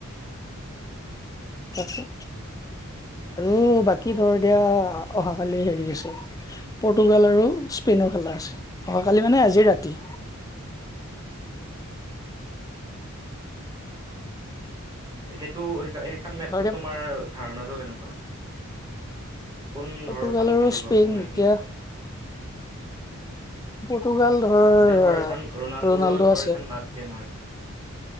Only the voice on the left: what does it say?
তাকে আৰু বাকী ধৰ এতিয়া অহাকালি হেৰি আছে, পৰ্তুগাল আৰু স্পেইনৰ খেলা আছে, অহাকালি মানে আজি ৰাতি।
ধৰ এতিয়া
পৰ্টুগাল
আৰু
স্পেইন
এতিয়া
ৰ্টুগাল ধৰ-ৰ
ৰনাল্ডো
আছে।